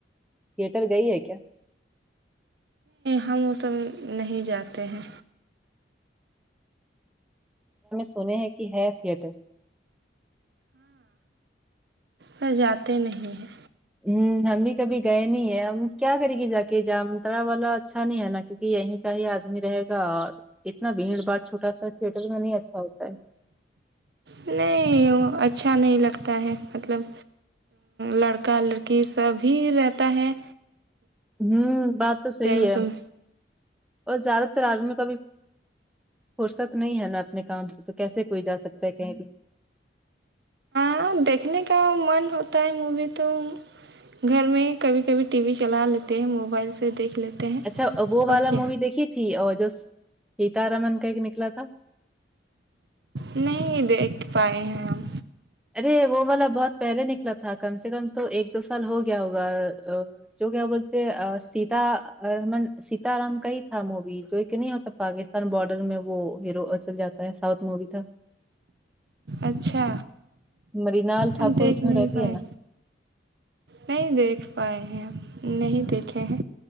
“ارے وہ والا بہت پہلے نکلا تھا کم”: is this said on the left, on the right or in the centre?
Centre